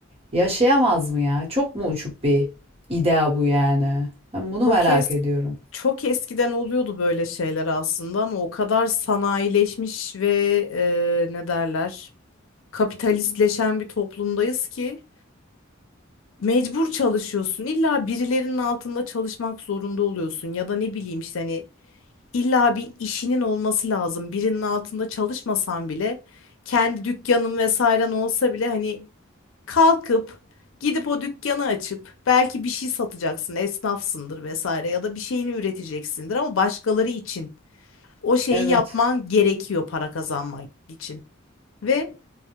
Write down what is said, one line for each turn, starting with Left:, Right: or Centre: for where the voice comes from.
Right: yaşayamaz mı ya? Çok mu uçuk bir idea bu yani? Ben bunu
Left: Çok
Right: merak
Left: es
Right: ediyorum.
Left: çok eskiden oluyordu böyle şeyler aslında ama o kadar sanayileşmiş ve e, ne derler kapitalistleşen bir toplumdayız ki mecbur çalışıyorsun. İlla birilerinin altında çalışmak zorunda oluyorsun ya da ne bileyim işte hani illa bir işinin olması lazım. Birinin altında çalışmasan bile kendi dükkanın vesairen olsa bile hani kalkıp gidip o dükkanı açıp belki bir şey satacaksın, esnafsındır vesaire ya da bir şeyini üreteceksindir ama başkaları için o şeyi
Right: Evet.
Left: yapman gerekiyor para kazanmak için. Ve